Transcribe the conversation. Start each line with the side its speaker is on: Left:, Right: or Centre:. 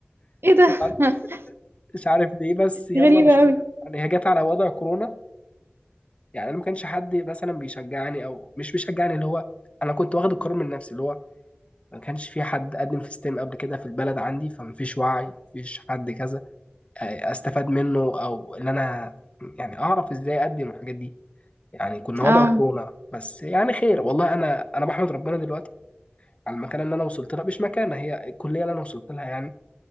Right: ايه ده
Left: <laughs>
Right: <laughs>
Left: مش عارف ليه بس يلا
Right: غريبة
Left: مش
Right: قوي
Left: يعني هي جت على وضع كورونا يعني انا ما كانش حد مثلا بيشجعني او مش بيشجعني اللي هو انا كنت واخد القرار من نفسي اللي هو ما كانش في حد قدم في ستيم قبل كده في البلد عندي فما فيش وعي ما فيش حد كذا آه، استفاد منه او ان انا يعني اعرف ازاي اقدم الحاجات دي يعني كنا
Right: اه
Left: وضع كورونا بس يعني خير والله انا انا بحمد ربنا دلوقتي على المكانه اللي انا وصلت لها مش مكانه هي الكليه اللي انا وصلت لها يعني